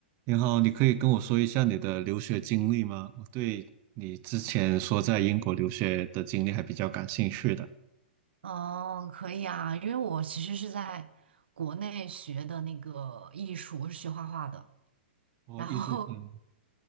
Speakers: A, on the right (about 40°); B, on the right (about 75°).
A: 你好，你可以跟我说一下你的留学经历吗？我对你之前说在英国留学的经历还比较感兴趣的。
B: 哦，可以啊，因为我其实是在国内学的那个艺术，我是学画画的。
A: 我艺术生。
B: 然后，